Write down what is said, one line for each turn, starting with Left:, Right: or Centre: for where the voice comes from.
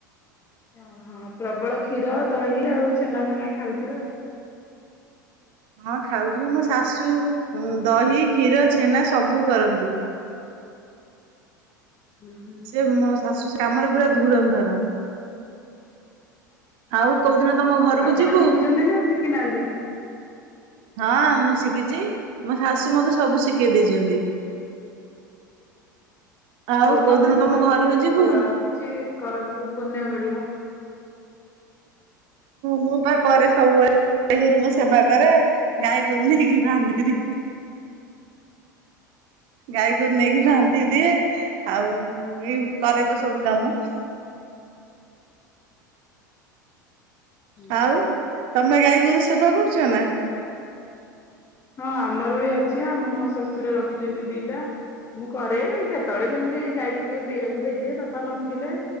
Left: ଓହୋ ପ୍ରବଳ କ୍ଷୀର ଦହି ଆଉ ଛେନା ଫେନା ଖାଉଥିବେ ଆଉ।
Right: ହଁ ଖାଉଛି ମୋ ଶାଶୁ ଦହି କ୍ଷୀର ଛେନା ସବୁ କରନ୍ତି।
Left: ହୁଁ ହୁଁ
Right: ସେ ମୋ ଶାଶୁ ସେ ଆମର ପୁରା ଧୁରନ୍ଧର। ଆଉ କୋଉଦିନ ତମ ଘରକୁ
Left: ଆପଣ
Right: ଯିବୁ?
Left: ଶିଖିଛନ୍ତି ନା ଶିଖିନାହାନ୍ତି?
Right: ମୋ ଶାଶୁ ମତେ ସବୁ ଶିଖେଇ ଦେଇଛନ୍ତି। ଆଉ
Left: ଗୋମାତା
Right: କୋଉ ଦିନ
Left: ସେବା
Right: ତମ
Left: କରିବା
Right: ଘରକୁ
Left: ବି
Right: ଯିବୁ।
Left: ଭଲ କିଛି କରନ୍ତୁ ପୁଣ୍ୟ ମିଳିବ।
Right: ମୁଁ ବା କରେ ସବୁବେଳେ ଗାଈ ଗୋରୁଙ୍କ ସେବା କରେ ଗାଈଗୋରୁ ନେଇକି ବାନ୍ଧି ଗାଈ ଗୋରୁ ନେଇକି ବାନ୍ଧିଦିଏ ଆଉ ଏଇ ଉପାରପା ସବୁ କାମ। ହଁ
Left: ହୁଁ।
Right: ଆଉ ତମେ ଗାଈ ଗୋରୁ ସେବା କରୁଛ ନା?
Left: ହଁ ଆମର ବି ଅଛି ଆମ ମୋ ଶଶୁର ରଖିଛନ୍ତି ଦିଟା। ମୁଁ କରେ କେତେବେଳେ କେମିତି ଗାଈକୁ ଟିକେ ପିଇବାକୁ ଦେଇଦିଏ ବାପା ନଥିଲେ।